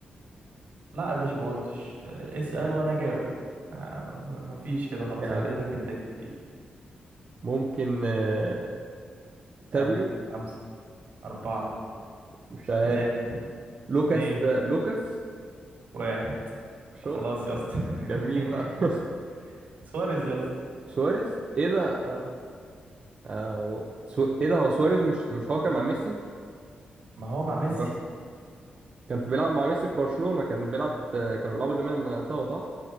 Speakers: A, on the right (about 65°); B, on the right (about 35°).
A: لا يا باشا ما قلتش آه، اسأل
B: ماشي
A: وانا جاوب آه م- م- مفيش كده خلاص
B: يعني
A: انا اديتك انتك كتير
B: ممكن آه، تاديو
A: يلا خمسة أربعة
B: مش عارف
A: تلاتة
B: لوكاس
A: اتنين
B: آه، لوكاس
A: واحد
B: شو
A: خلاص يا اسطى
B: كان مين
A: <laughs>
B: بقى <laughs>
A: سواريز يا اسطى
B: سواريز ايه ده
A: آه،
B: آه، هو سو... ايه ده هو سواريز مش مش هو كان مع ميسي
A: ما هو مع ميسي
B: برش... كان في بيلعب مع ميسي في برشلونة كان بيلعب آه، كانوا بيلعبوا زمان مع سوا صح؟